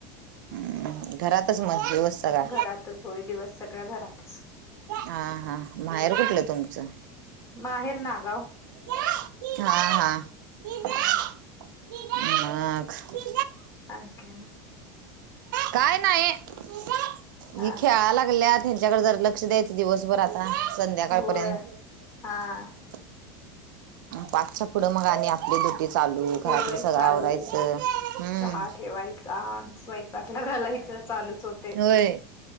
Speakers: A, on the right (about 80°); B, on the left (about 25°).
A: हम् घरातच मग दिवस सगळा
B: घरातच होय दिवस सगळा घरातच.
A: हा हा माहेर कुठलं तुमचं
B: माहेर नागाव
A: हा
B: हा
A: हा.
B: आणि काय मग.
A: काय नाही ही
B: हा
A: खेळा लागल्या त्यांच्याकडे जर लक्ष द्यायचं. दिवसभर आता संध्याकाळपर्यंत
B: होय हा
A: पाचच्या पुढं मग आणि आपली ड्युटी चालू घरातलं
B: होय
A: सगळं
B: चालू
A: आवरायचं हम्म
B: चहा ठेवायचा स्वयंपाकला घालायचं चालूच होते.
A: होय